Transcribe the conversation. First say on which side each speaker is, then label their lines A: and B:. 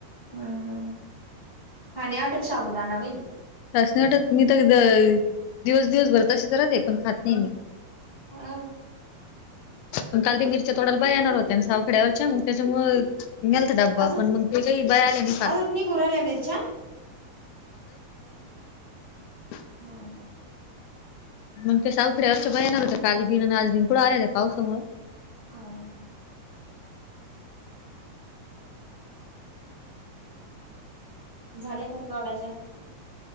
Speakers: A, on the left (about 35°); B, on the left (about 80°).
A: हम्म खाण्या वाटत साबुदाणा बाई.
B: अस नाही वाटत, मी तर दिवस दिवसभर तशीच राहते पण खात नाही मी
A: हां
B: पण काल ते मिरच्या तोडायला बाई येणार होत्या, सावखड्यावरच्या मग त्याच्यामु नेलता डब्बा
A: अजूक
B: पण मग ते काही बाय आले नाही.
A: अजूक निघू राहिल्या मिरच्या
B: <unintelligible>
A: ह का,
B: मग ते सावखेड्या वरचा बाया येणार होते. काल बिन आणि आज बिन कुठं आले आहे पावसामुळं
A: हा, झाल्या का मग तोडायच्या,